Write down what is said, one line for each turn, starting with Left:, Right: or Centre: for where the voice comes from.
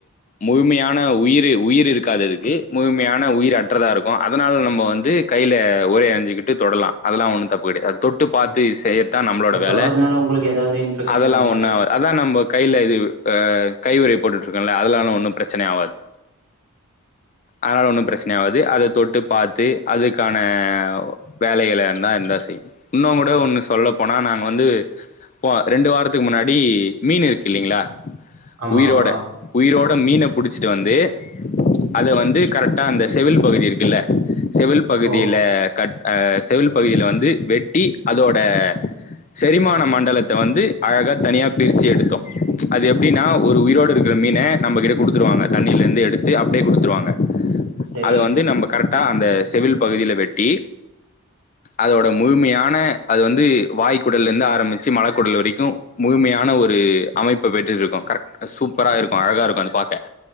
Left: முழுமையான உயிரு உயிர் இருக்காது அதுக்கு முழுமையான உயிர் அற்றதா இருக்கு அதனால நம்ம வந்து கையில ஒரைய அனிஞ்சிக்கிட்டு தொடலாம் அதெல்லாம் ஒன்னு தப்பு கெடையாது தொட்டு பாத்து
Right: ஓ
Left: செய்யர்த்தா நம்மளோட
Right: அது
Left: வேல
Right: தொட்றதுனால உங்களுக்கு ஏதாவது இன்ஃபெக்ஷன்
Left: அதெல்லா
Right: அது
Left: ஒன்னு
Right: மாரி
Left: ஆவா அதா நம்ம கையில இது ஆ கைவுறை போட்டுட்டு இருக்கல்ல அதனால ஒன்னு பிரச்சனை ஆவாது அதனால ஒண்ணு பிரச்சனை ஆவாது அத தொட்டு பாத்து அதுக்கான வேலைகளைனா என்ன எந்த செய்யு இன்னுங்கூட ஒண்ணு சொல்ல போனா நாங்க வந்து ரெண்டு வாரத்துக்கு முன்னாடி மீன் இருக்கு இல்லிங்ளா
Right: ஆமா
Left: உயிரோட
Right: ஆமா
Left: உயிரோட மீன புடிச்சிட்டு வந்து அத வந்து கரெக்டா அந்த செவில் பகுதி இருக்குல்ல செவில் பகுதியில
Right: ஓ
Left: கட் செவில் பகுதியில வந்து வெட்டி அதோட செரிமான மண்டலத்த வந்து அழகா தனியா பிரிச்சு எடுத்தோ அது எப்டின்னா ஒரு உயிரோடு இருக்குற மீன நம்மகிட்ட குடுத்துருவாங்க தண்ணியில இருந்து எடுத்து அப்படியே குடுத்துருவாங்க
Right: சரி
Left: அது வந்து நம்ம கரெக்டாக அந்த செவுல் பகுதியில வெட்டி அதோட முழுமையான அது வந்து வாய்க்குடல்லந்து ஆரம்பிச்சு மழக்குடல் வரைக்கு முழுமையான ஒரு அமைப்ப பெற்றுருக்கு கரெக்ட் சூப்பரா இருக்கு அழகா இருக்கு அத பாக்க